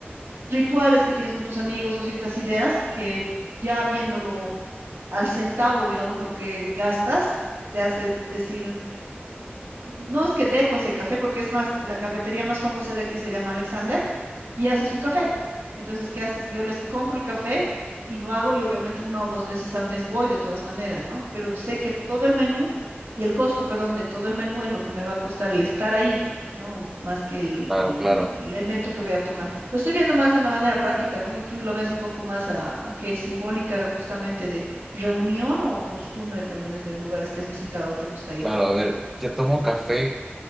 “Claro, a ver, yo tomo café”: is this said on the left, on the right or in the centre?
Centre